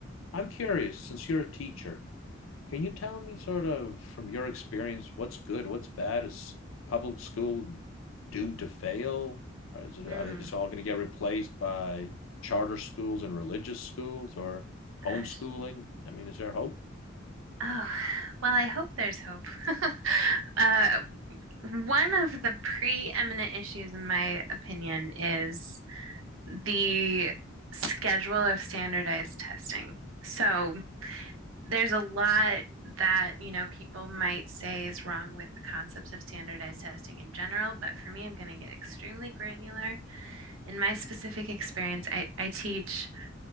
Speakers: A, on the left (about 80°); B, on the right (about 80°).
A: I'm curious, since you're a teacher Can you tell me, sort of, from your experience, what's good, what's bad? Is public school doomed to fail? Or is it,
B: Mm,
A: are they just all going to get replaced by charter schools and religious schools or homeschooling?
B: gosh.
A: I mean, is there hope?
B: Oh, <sighs> well, I hope there's hope. <laughs> Uh, one of the preeminent issues, in my opinion, is the schedule of standardized testing. So there's a lot that, you know, people might say is wrong with the concepts of standardized testing in general, but for me, I'm going to get extremely granular. In my specific experience, I, I teach